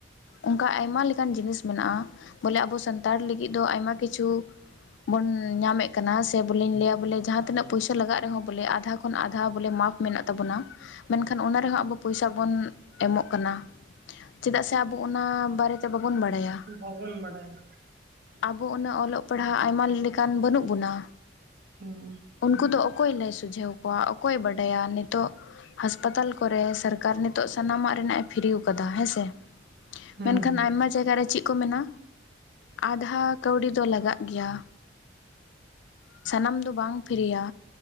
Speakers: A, on the left; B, on the right.
A: ᱚᱝᱠᱟ ᱟᱭᱢᱟ ᱞᱮᱠᱟᱱ ᱡᱤᱱᱤᱥ ᱢᱮᱱᱟᱜᱼᱟ᱾ ᱵᱚᱞᱮ ᱟᱵᱚ ᱥᱟᱱᱛᱟᱲ ᱞᱟᱹᱜᱤᱜ ᱫᱚ ᱟᱭᱢᱟ ᱠᱤᱪᱷᱩ ᱵᱚᱱ ᱧᱟᱢᱮᱜ ᱠᱟᱱᱟ ᱥᱮ ᱵᱚᱞᱮᱧ ᱞᱟᱹᱭᱟ ᱵᱚᱞᱮ ᱡᱟᱦᱟᱸ ᱛᱤᱱᱟᱹᱜ ᱯᱚᱭᱥᱟ ᱞᱟᱜᱟᱜ ᱨᱮᱦᱚᱸ ᱵᱚᱞᱮ ᱟᱫᱷᱟ ᱠᱷᱚᱱ ᱟᱫᱷᱟ ᱵᱚᱞᱮ ᱢᱟᱜᱽ ᱢᱮᱱᱟᱜ ᱛᱟᱵᱚᱱᱟ ᱢᱮᱱᱠᱷᱟᱱ ᱚᱱᱟ ᱨᱮᱦᱚᱸ ᱟᱵᱚ ᱯᱚᱭᱥᱟ ᱵᱚᱱ ᱮᱢᱚᱜ ᱠᱟᱱᱟ ᱪᱮᱫᱟᱜ ᱥᱮ ᱟᱵᱚ ᱚᱱᱟ ᱵᱟᱨᱮᱛᱮ ᱵᱟᱵᱚᱱ ᱵᱟᱲᱟᱭᱟ
B: ᱵᱚᱵᱚᱱ ᱵᱟᱰᱟᱭᱟ᱾
A: ᱟᱵᱚ ᱩᱱᱟᱹᱜ ᱚᱞᱚᱜ ᱯᱟᱲᱦᱟᱜ ᱟᱭᱢᱟ ᱞᱮᱠᱟᱱ ᱵᱟᱹᱱᱩᱜ ᱵᱚᱱᱟ᱾
B: ᱚᱸ
A: ᱩᱱᱠᱩ ᱫᱚ ᱚᱠᱚᱭ ᱞᱟᱹᱭ ᱥᱩᱡᱷᱟᱹᱣ ᱠᱚᱣᱟ ᱚᱠᱚᱭ ᱵᱟᱰᱟᱭᱟ ᱱᱤᱛᱚᱜ ᱦᱟᱥᱯᱟᱛᱟᱞ ᱠᱚᱨᱮ ᱥᱟᱨ ᱠᱟᱨ ᱱᱤᱛᱚᱜ ᱥᱟᱱᱟᱢᱟᱜ ᱨᱮᱱᱟᱜ ᱮ ᱯᱷᱤᱨᱤᱣ ᱠᱟᱫᱟ ᱦᱮᱸᱥᱮ᱾
B: ᱦᱩᱸ
A: ᱢᱮᱱᱠᱷᱟᱱ
B: ᱦᱩᱸ
A: ᱟᱭᱢᱟ ᱡᱟᱭᱜᱟ ᱨᱮ ᱪᱮᱜ ᱠᱚ ᱢᱮᱱᱟ ᱟᱫᱷᱟ ᱠᱟᱹᱣᱰᱤ ᱫᱚ ᱞᱟᱜᱟᱜ ᱜᱮᱭᱟ᱾ ᱥᱟᱱᱟᱢ ᱫᱚ ᱵᱟᱝ ᱯᱷᱤᱨᱤᱭᱟ᱾